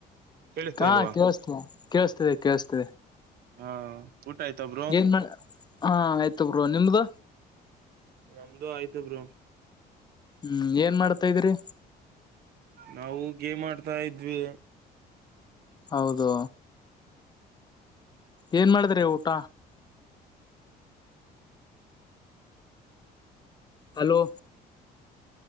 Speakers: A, on the right; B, on the left.
A: ಕೇಳಿಸ್ತಾ
B: ಹಾ
A: ಇಲ್ವಾ
B: ಕೇೇಳಸ್ತೀರ ಕೇೇಳಸ್ತದೆ ಕೇೇಳಸ್ತ
A: ಹ್ಮ ಊಟಯ್ತಬ್ರು
B: ಏನ್ ಹ ಆಯ್ತ ಬ್ರೋ ನಿಮ್ದ
A: ನಮ್ದು ಆಯ್ತಬ್ರು
B: ಹ್ಮ್ ಏನ್ ಮಾಡ್ತಾ ಇದ್ರರಿ
A: ನಾವು ಗೇ ಮಾಡ್ತಾ ಇದ ಇದ್ವಿ
B: ಹೌದು ಏನ್ ಮಾಡಿದ್ರಿ ಊಟ ಹಲೋ